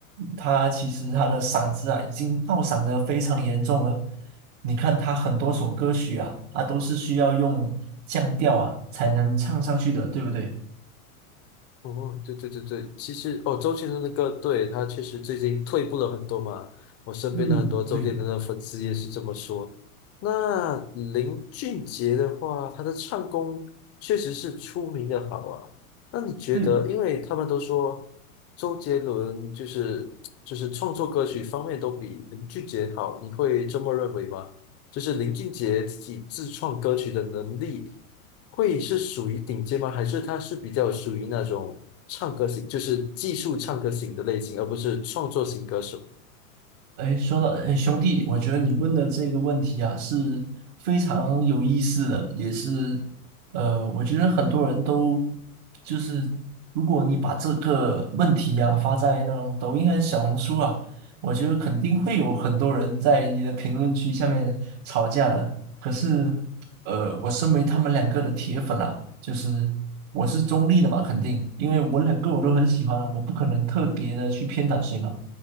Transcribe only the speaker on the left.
哦，对对对对，其实哦，周杰伦的歌，对，他确实最近退步了很多嘛。我身边的很多周杰伦的粉丝也是这么说。
那林俊杰的话，他的唱功确实是出名的好啊。那你觉得，
因为他们都说周杰伦就是就是创作歌曲方面都比林俊杰好，你会这么认为吗？就是林俊杰自己自创歌曲的能力。会是属于顶尖吗？还是他是比较属于那种唱歌型，就是技术唱歌型的类型，而不是创作型歌手？